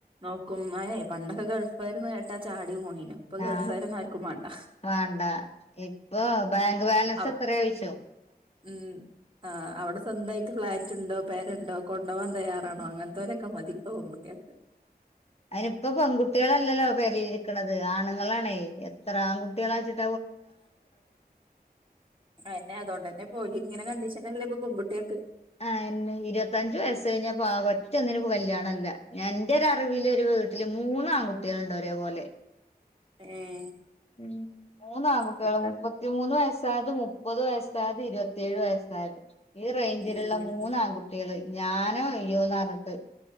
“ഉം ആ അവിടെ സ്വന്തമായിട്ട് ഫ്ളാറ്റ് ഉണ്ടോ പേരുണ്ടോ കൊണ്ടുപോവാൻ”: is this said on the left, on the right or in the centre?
Right